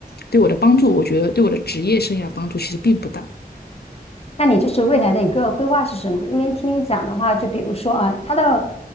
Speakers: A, on the left; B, on the left.
A: 对我的帮助，我觉得对我的职业生涯帮助其实并不大。
B: 那你就是未来的一个规划是什么？因为听你讲的话，就比如说啊，他的，